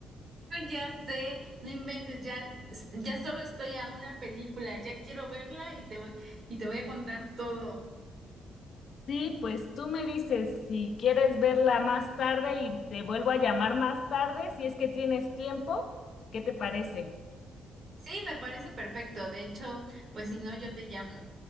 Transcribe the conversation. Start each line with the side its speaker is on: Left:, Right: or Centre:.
Right: Ay, ya sé, no inventes, ya, ya solo estoy a una película, ya quiero verla y te, voy- y te voy a contar todo.
Left: Sí, pues tú me dices si quieres verla más tarde y te vuelvo a llamar más tarde, si es que tienes tiempo, ¿qué te parece?
Right: Sí, me parece perfecto, de hecho, pues si no, yo te llamo.